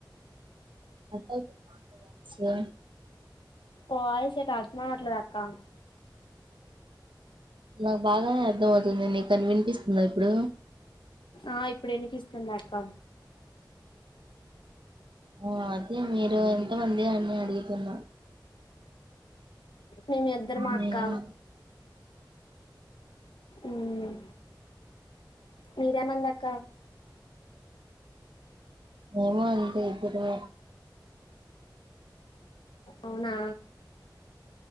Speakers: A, on the right; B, on the left.
A: అట్టాచ్చ సరే.
B: వాయిస్ నాకు అర్థం అవ్వట్లేదు అక్క.
A: నాకు బాగానే అర్థ అవుతుంది నీకు అది వినిపిస్తుందా ఇప్పుడు.
B: ఆహ్ ఇప్పుడు వినిపిస్తుందాక్క.
A: ఆహ్ అదే మీరు ఎంతమంది అని అడుగుతున్నా.
B: మేమిద్దరము
A: ఉమ్.
B: అక్క. ఉమ్ మీరేమంది అక్క.
A: మేమా అండి ఇద్దరమే.
B: అవునా.